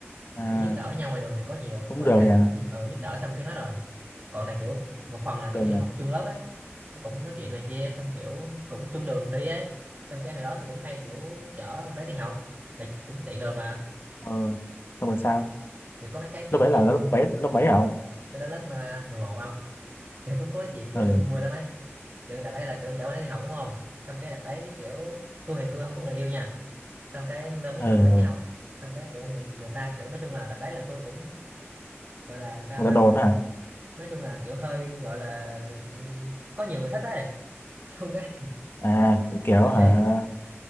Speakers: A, on the left; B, on the right.
A: à
B: kiểu giúp đỡ nhau ngoài đường thì có nhiều
A: cũng
B: nhưng mà
A: được
B: ý là
A: nha
B: ờ, giúp đỡ xong cái hết rồi còn này kiểu một phần là kiểu
A: được
B: do
A: mà
B: học chung lớp ấy cái cũng nói chuyện này kia xong kiểu cũng chung đường đi á xong cái hồi đó tôi cũng hay kiểu chở con đấy đi học tại cũng tiện đường mà
A: ờ, xong rồi sao
B: thì có mấy cái kiểu
A: lớp bảy
B: chuyện
A: là lớp
B: cũng
A: bảy lớp bảy hả ông
B: cái đó lớp mà 11 ông kiểu cũng có cái chuyện kiểu
A: ừ
B: cũng vui lắm ấy kiểu đợt đấy là kiểu tôi chở bạn ấy đi học đúng không xong cái đợt đấy kiểu tôi thì tôi không có người yêu nha xong cái nên mới
A: ừ
B: chở bạn ấy đi học xong cái kiểu người người ta kiểu nói chung là đợt đấy là tôi cũng gọi là sao
A: người ta
B: ta
A: đồn đó hả
B: nói chung là kiểu hơi gọi là ừm, có nhiều người thích ấy <laughs> xong cái
A: à kiểu
B: xong
A: hả
B: cái